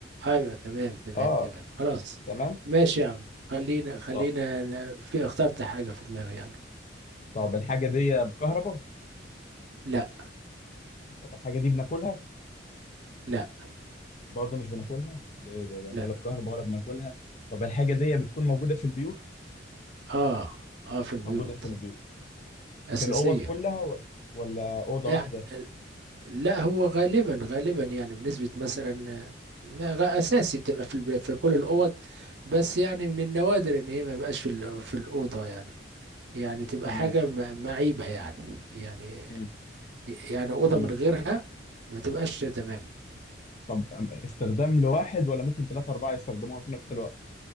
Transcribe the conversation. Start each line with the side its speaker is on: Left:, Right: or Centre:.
Right: ايوه تمام تمام
Left: اه
Right: تمام خلاص
Left: تمام
Right: ماشي يا عم خلينا خلينا
Left: طب
Right: أنا في اخترت حاجة في دماغي يلا
Left: طب الحاجة دي بكهرباء
Right: لا
Left: طب الحاجة دي بناكلها
Right: لا
Left: برضو مش بناكلها ده ايه ده, ده
Right: لا
Left: ولا بكهرباء ولا بناكلها طب الحاجة دي بتكون موجودة في البيوت
Right: اه اه في البيوت
Left: موجودة في البيوت
Right: أساسية
Left: في الاوض كلها ولا ولا اوضة
Right: يعني
Left: واحدة
Right: لا هو غالبا غالبا يعني بنسبة مثلا آه، غ- أساسي بتبقى في الب- في كل الأوض بس يعني من النوادر إن هي ما يبقاش في ال- في الأوضة يعني يعني تبقى
Left: تمام
Right: حاجة م- معيبة يعني يعني
Left: مم.
Right: يعني أوضة
Left: تمام.
Right: من غيرها ما تبقاش تمام
Left: طب أم- استخدام لواحد ولا ممكن ثلاثة أربعة يستخدموها في نفس الوقت